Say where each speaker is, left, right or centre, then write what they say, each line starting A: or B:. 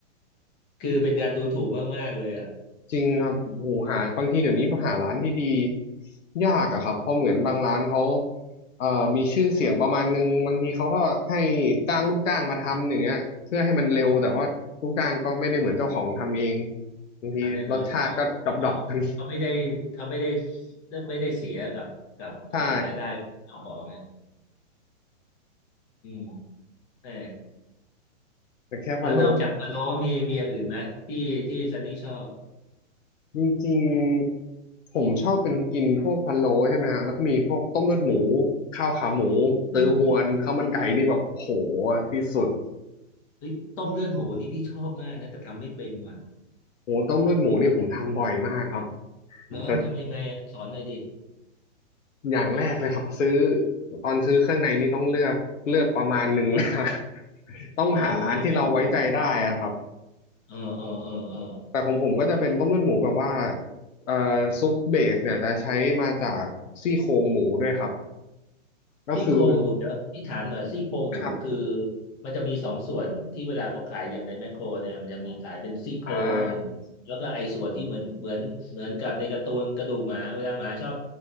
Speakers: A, on the left (about 25°); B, on the left (about 80°).
A: <laughs> คือเป็นการดูถูกมากๆเลยอ่ะ
B: ๆจริงครับโหหาบางทีเดี๋ยวนี้หาร้านดีๆยากอะครับเพราะเหมือนบางร้านเขาเอ่อมีชื่อเสียงประมาณนึงบางทีเขาก็ให้จ้างลูกจ้างมาทำอย่างเงี้ยเพื่อให้มันเร็วแต่ว่าลูกจ้างก็ไม่ได้เหมือนเจ้าของทำเองบางทีรสชาติก็ดรอปๆกัน
A: อนแน่นอนเขาเขาเขาไม่ได้เขาไม่ได้ไม่ได้เสียกับกับเอ่อรายได้เจ้าของนะ
B: <laughs> ใช่
A: อืมแหม
B: แต่แค่พะโล้นี่โอ
A: แล้วนอกจากพะโล้มีมีอย่างอื่นไหมที่ที่ซันนี่ชอบ
B: จริงๆผมชอบเป็นกินพวกพะโล้ใช่ไหมฮะแล้วก็มีพวกต้มเลือดหมูข้าวขาหมูตือฮวนข้าวมันไก่นี่แบบโอ้โห
A: เลือดโอ้โห
B: ที่สุด
A: เฮ้ยต้มเลือดหมูนี่พี่ชอบมากนะแต่ทำไม่เป็นว่ะ
B: โอ้ต้มเลือดหมูนี่ผมทำบ่อยมากครับ
A: เหรอทำยังไงอ่ะสอนหน่อยดิ
B: แต่อย่างแรกเลยครับซื้อตอนซื้อเครื่องในนี่ต้องเลือกเลือกประมาณหนึ่งเลยครับ <laughs> ต้องหาร้านที่เราไว้ใจได้อะครับ
A: เออเออเออเออเออเออเออ
B: แต่ของผมก็จะเป็นต้มเลือดหมูแบบว่าเอ่อซุปเบสเนี่ยจะใช้มาจากซี่โครงหมูด้วยครับก็คือ
A: ซี่โครงหมูเดี๋ยวพี่ถามหน่อยซี่โครงหมูคือ
B: ครับ
A: มันจะมีสองส่วนที่เวลาเขาขายอย่างในแมคโครเนี่ยมันจะมีขายเป็นซี่โครง
B: อ่า
A: แล้วก็ไอ้ส่วนที่เหมือนเหมือนเหมือนกับในการ์ตูนกระดูกหมาเวลาหมาชอบ